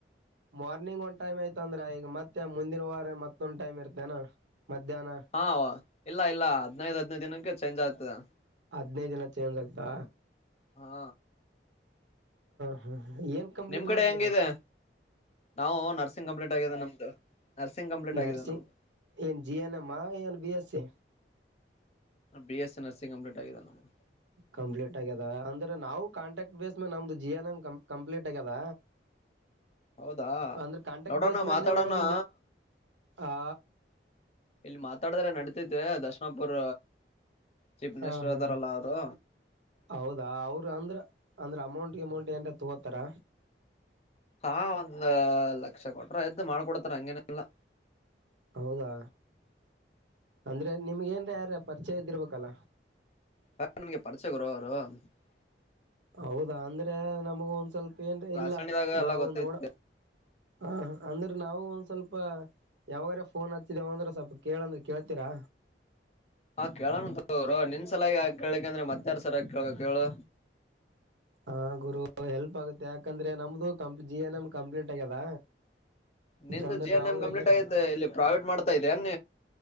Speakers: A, on the right; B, on the left.
A: ಮಾರ್ನಿಂಗ್ ಒಂದ್ ಟೈಮ್ ಆಯತ ಅಂದ್ರ ಈಗ ಮತ್ತೆ ಮುಂದಿನ ವಾರ ಮತ್ತೊಂದ್ ಟೈಮ್ ಇರ್ತೇನ ಮಧ್ಯಾಹ್ನ
B: ಹಾ ಇಲ್ಲ ಇಲ್ಲ ಹದಿನೈದು ಹದ್ ನೈದು ದಿನಕ್ಕೆ ಚೇಂಜ್ ಆಗ್ತದೆ
A: ಹದ್ ನೈದು ದಿನ ಚೇಂಜ್ ಆಗ್ತಾ
B: ಹಾ
A: ಹಾ ಹಾ ಏನ್ ಕಂಪ್ಲೀಟ್
B: ನಿಮ್ ಕಡೆ
A: ಮಾಡಿದೀರಾ
B: ಹೆಂಗಿದೆ ನಾವು ನರ್ಸಿಂಗ್ ಕಂಪ್ಲೀಟ್ ಆಗಿದೆೇ ನಮ್ದು ನರ್ಸಿಂಗ್ ಕಂಪ್ಲೀಟ್
A: ನರ್ಸಿಂಗ್
B: ಆಗಿದೆ ನಮ್ದು
A: ಎನ್ ಜೀ ಎನೆ ಮಾ ಎನ್ ಬಿಎಸಿಎ
B: B S C nursing complete ಆಗಿದೆ ನಮಗೆ
A: ಕಂಪ್ಲೀಟ್ ಆಗ್ಯದ ಅಂದ್ರೆ ನಾವು ಕಾಂಟ್ರಾಕ್ಟ್ ಬೇಸ್ ಮ್ಯಾಗ ನಮ್ದು ಜಿ ಎನ್ ಎಮ್ ಕಂಪ್ಲೀಟ್ ಆಗ್ಯದ.
B: ಹೌದಾ
A: ಅಂದ್ರೆ ಕಾಂಟ್ಯಾಕ್ಟ್
B: ನೋಡೋಣ
A: ಬೇಸ್ ಮೇಲೆ
B: ಮಾತಾಡೋಣ
A: ನಿಮ್ಮ ಹಾ
B: ಇಲ್ಲಿ ಮಾತಾಡಿದ್ರ ನಡತೈತೆ ದರ್ಶನಾಪುರ. ಚೀಫ್ ಮಿನಿಸ್ಟರ್ದಾರಲ್ಲದು
A: ಹ ಹಾ ಹೌದಾ ಅವರು ಅಂದ್ರ ಅಂದ್ರ ಅಮೌಂಟ್ ಗಿಮೌಂಟ್ ಎಂತ ತಗೋತಾರ
B: ಹಾ ಒಂದ್ ಲಕ್ಷ ಕೊಟ್ರ ಆತ್ ಮಾಡ್ಕೊಡ್ತಾರ ಹಂಗೇನಿಲ್ಲಾ
A: ಹೌದಾ ಅಂದ್ರೆ ನಿಮ್ಗ ಏನ್ ಯಾರ ಪರಿಚಯ ಇದ್ದಿರ್ಬೇಕ ಕಲ
B: ಹ ನಿಗೆ ಪಡಚ ಗುರ <unintelligible>
A: ಹೌದಾ ಅಂದ್ರೆ ನಮಗ ಒಂದ್ ಸ್ವಲ್ಪ ಏನ್ ಇಲ್ಲ
B: ರಾಜಕಾರಣಿದಾಗ ಎಲ್ಲ
A: ನಾವು
B: ಗೊತ್ತೈತಿ
A: ನೋಡ ಹಾ ಅಂದ್ರೆ ನಾವು ಒಂದ್ ಸ್ವಲ್ಪ ಯಾವಾಗ್ರ ಫೋನ್ ಹತ್ತಿದೇವ ಅಂದ್ರೆ ಸ್ವಲ್ಪ ಕೇಳಂದ್ರೆ ಕೇಳ್ತೀರಾ
B: ಹಾ ಕೇಳಣಂತರ ನಿನ್ ಸಲಾಗಿ ಆ ಕೇಳಿಕ ಅಂದ್ರೆ ಮತ್ತಾರ್ ಸರಯ ಕೇಳ ಕೇಳು
A: ಹಾ ಗುರು ಹೆಲ್ಪ್ ಆಗುತ್ತೆ ಯಾಕಂದ್ರೆ ನಮ್ದು ಕಂಪ್ ಜಿ ಎನ್ ಎಮ್ ಕಂಪ್ಲೀಟ್ ಆಗ್ಯದ
B: ನಿ
A: ಅಂದ್ರೆ
B: ಜಿ ಎನ್
A: ನಾವು
B: ಎಂ ಕಂಪ್ಲೀಟ್
A: ಎಲ್ಲರ
B: ಆಗಿದ್ದ ಇಲ್ಲಿ ಪ್ರಾವೇಟ್ ಮಾಡ್ತಾ ಇದ ಅನ್